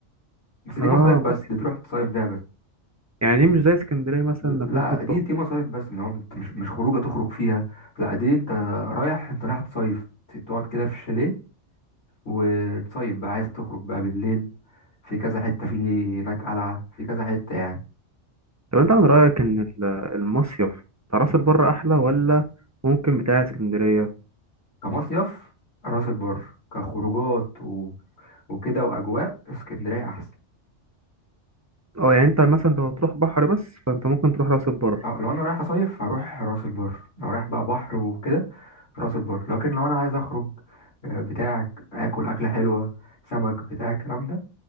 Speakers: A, on the left (about 60°); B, on the right (about 20°).
A: بس دي
B: اه
A: مصايف بس
B: مصيف
A: دي تروح تصيف بيها بس
B: يعني دي مش زي اسكندرية مثلا
A: لا
B: انك ممكن
A: دي
B: تخرج
A: دي مصايف بس اللي هو انت مش مش خروجه تخرج فيها لا دي انت رايح انت رايح تصيف تقعد كده في الشاليه وتصيف بقى عايز تخرج بقى بالليل في كذا حتة فيه هناك قلعة في كذا حتة يعني
B: طب انت من رأيك ان ال- المصيف بتاع راس البر احلى ولا ممكن بتاع اسكندرية
A: كمصيف راس البر كخروجات و... وكده وأجواء اسكندرية أحسن
B: اه يعني انت مثلا لو هتروح بحر بس فانت ممكن تروح راس البر
A: أه لو أنا رايح أصيف هروح راس البر لو رايح بقى بحر وكده راس البر لكن لو أنا عايز أخرج آه، بتاعك آكل أكلة حلوة سمك بتاع الكلام ده